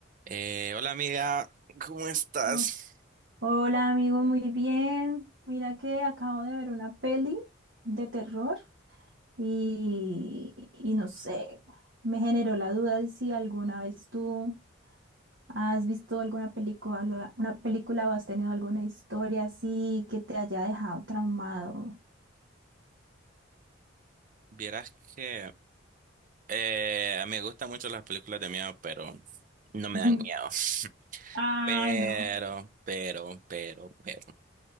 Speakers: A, on the right (about 40°); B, on the right (about 65°).
A: Eh, hola amiga, ¿cómo estás?
B: Oh. Hola amigo, muy bien. Mira que acabo de ver una peli de terror y, y no sé, me generó la duda de si alguna vez tú has visto alguna película, una película o has tenido alguna historia así que te haya dejado traumado.
A: Vieras que eh, me gustan mucho las películas de miedo, pero no me
B: <laughs>
A: dan miedo. <laughs>
B: Ah,
A: Pero,
B: no.
A: pero, pero, pero.